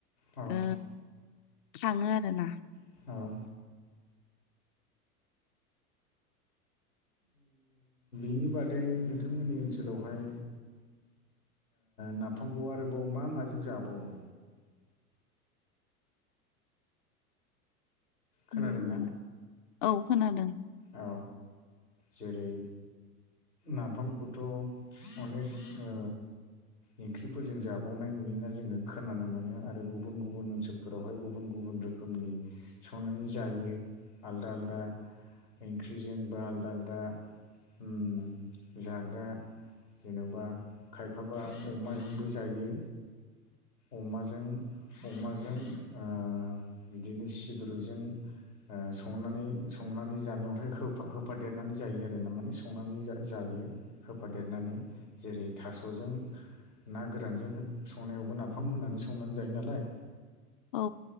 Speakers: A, on the left (about 85°); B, on the left (about 35°).
A: औ
B: ओ थाङो आरोना।
A: औ बिनि बादै नोंथांमोननि ओनसोलावहाय नाफामखौ आरोबाव मा माजों जाबावो? खोनादों
B: उम
A: ना?
B: औ खोनादों।
A: औ जेरै नाफामखौथ' अनेक ओ ओंख्रिफोरजों जाबावनाय नुयोना जोङो खोनानो मोनो आरो गुबुन गुबुन ओनसोलफोरावहाय गुबुन गुबुन रोखोमनि संनानै जायो आलदा आलदा। ओंख्रिजों बा आलदा आलदा ओम जाग्रा जेन'बा खायफाबा अमाजोंबो जायो। अमाजों अमाजों ओ बिदिनो सिब्रुजों ओ संनानै संनानै जानायावहाय होफादेरनानै जायो आरोना माने संनानै जायो। होफादेरनानै जेरै थास'जों ना गोरानजों संनायावबो नाफाम होनानै संनानै जायो नालाय।
B: औ